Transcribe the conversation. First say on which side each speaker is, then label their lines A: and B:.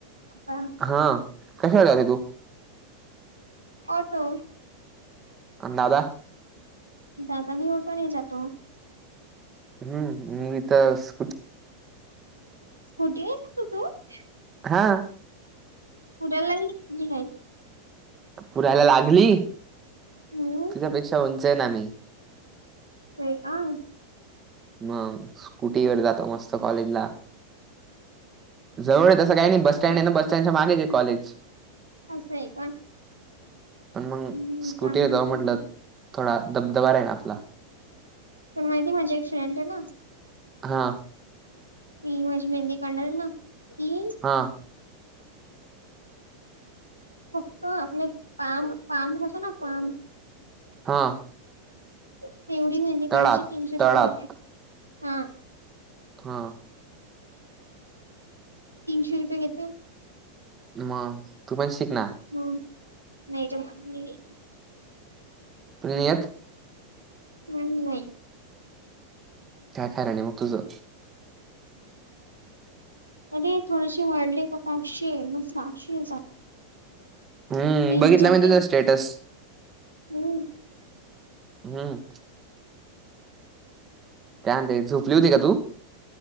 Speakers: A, on the right (about 85°); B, on the right (about 25°).
A: आता.
B: हा कशाला जाते तू.
A: ऑटो.
B: अन दादा.
A: दादा बी ऑटो ने जातो.
B: हम्म मी तर स.
A: स्कुटी युज करतो तू.
B: हां.
A: पुरायला लागली की <unintelligible> नाही.
B: पुरायला लागली,
A: हम्म
B: तुज्यापेक्षा उंच आए ना मी.
A: होय का.
B: मंग स्कुटीवर जातो, मस्त कॉलेज ला. जवळ ए तसं काय नाही, बस
A: का
B: स्टॅन्ड ए ना बस स्टॅन्डच्या मागेच आहे कॉलेज.
A: असंय का.
B: पन मंग
A: हम्म
B: स्कुटी
A: चांगलं
B: वर जाव
A: चांगलं
B: म्हटलं, थोडा दबदबा राईन आपला.
A: पन माहितीये का, माझी एक फ्रेंड आहे ना.
B: हा.
A: ती माझी मेंदी काडणारे ना ती.
B: हा
A: फक्त आपले पाम पाम राहत ना पाम.
B: हां.
A: तेवडी मेंहदी
B: तळात
A: काडायची तीनशे
B: तळात
A: रुपये घेते हां.
B: हा.
A: तीनशे रुपये घेतो.
B: मग तू पण शिक ना.
A: हम्म <unintelligible>
B: तुला नाही येत.
A: नाही नाही.
B: काय खरं नाही मग तुजं.
A: अरे थोडेसे वाढले का पाचशे मग साहाशे, सात
B: हम्म
A: मी
B: बघितलं
A: विचारते
B: तुझं स्टेटस
A: हम्म.
B: ह्म. <unintelligible> झोपली होती का तू?